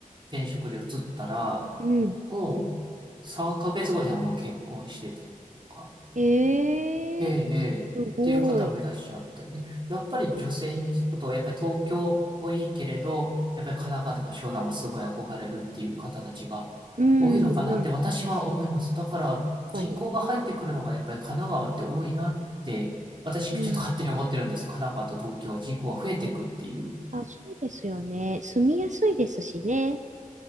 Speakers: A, on the right (about 35°); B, on the right (about 60°).
A: 転職で移ったら、
B: うん。
A: もう3ヶ月後にはもう結婚してとか、
B: ええ
A: ええ、ええ、っていう方もいらっしゃったりね。
B: すごい。
A: やっぱり女性に聞くと、やっぱり東京もいいけれど、やっぱり神奈川とか湘南もすごい憧れるっていう方たちが多いのかなって私は思います。
B: うん、うん、うん。
A: だから人口が入ってくるのがやっぱり神奈川って多いなって、
B: 確かに。
A: 私ちょっと勝手に思ってるんです。
B: うん。
A: 神奈川と東京は人口が増えていくっていう。
B: あ、そうですよね。住みやすいですしね。